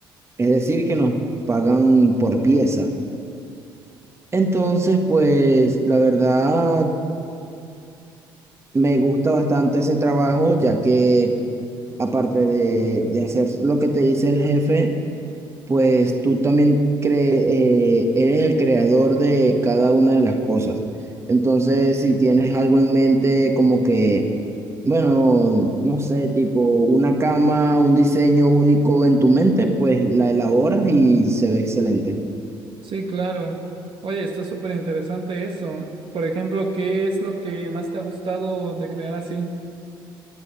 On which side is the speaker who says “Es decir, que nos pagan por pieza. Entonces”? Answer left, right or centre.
Right